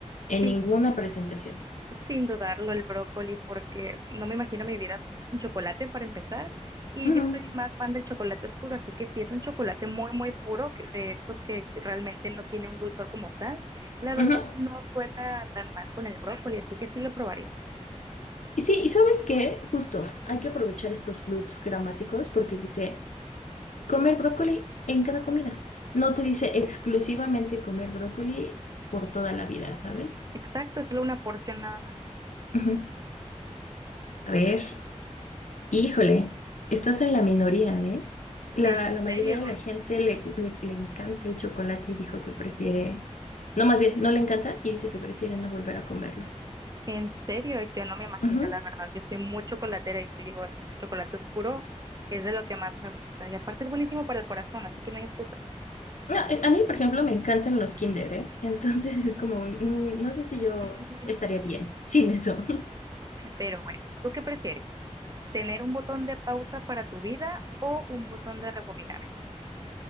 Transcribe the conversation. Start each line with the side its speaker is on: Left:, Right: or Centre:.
Left: en
Right: sí.
Left: ninguna presentación?
Right: Sin dudarlo, el brócoli, porque no me imagino mi vida sin chocolate para empezar. Y
Left: Ujú,
Right: yo soy más fan del chocolate oscuro, así que si es un chocolate muy, muy puro, que- de estos que realmente no tiene un dulzor como tal, la verdad
Left: ujú.
Right: no suena tan mal con el brócoli, así que sí lo probaría.
Left: Y sí, ¿y sabes qué? Justo, hay que aprovechar estos loops gramáticos porque dice comer brócoli en cada comida. No te dice exclusivamente comer brócoli por toda la vida, ¿sabes?
Right: Exacto, es solo una porción nada más.
Left: Ujú. A ver, híjole, estás en la minoría, ¿eh? La,
Right: En
Left: la mayoría
Right: serio,
Left: de la gente le, le, le encanta el chocolate y dijo que prefiere, no más bien, no le encanta y dice que prefiere no volver a comerlo.
Right: en serio, yo no me imagino,
Left: Ujú.
Right: la verdad. Yo soy muy chocolatera y te digo, el chocolate oscuro es de lo que más me gusta. Y aparte es buenísimo para el corazón, así que no hay excusa.
Left: No, eh, a mí, por ejemplo, me encantan los Kinder, ¿eh? Entonces es como, un, mm, no sé si yo
Right: Sí.
Left: estaría bien sin eso. <laughs>
Right: Pero bueno, ¿tú qué prefieres? tener un botón de pausa para tu vida o un botón de rebobinar.